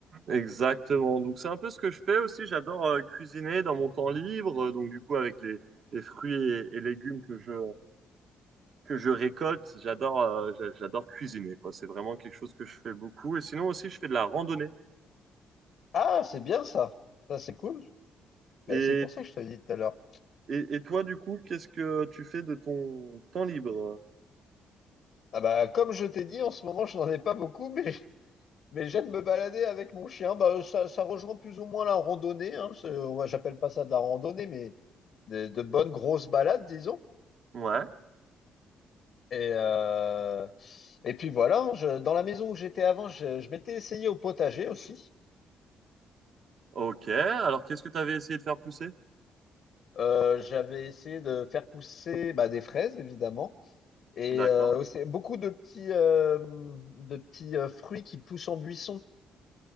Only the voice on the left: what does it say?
Ah, c'est bien ça. Ça c'est cool. Bah,
c'est pour ça que je te l'ai dit tout à l'heure.
Ah bah comme je t'ai dit, en ce moment, je n'en ai pas beaucoup, mais Mais j'aime me balader avec mon chien. Bah, ça, ça rejoint plus ou moins la randonnée. Hein. C'est- moi, J'appelle pas ça de la randonnée, mais de, de bonnes grosses balades, disons.
Et, euh, et puis voilà, hein, je- dans la maison où j'étais avant, je, je m'étais essayé au potager aussi.
Euh, j'avais essayé de faire pousser bah, des fraises, évidemment, et
euh, aussi beaucoup de petits, euh, de petits euh, fruits qui poussent en buisson,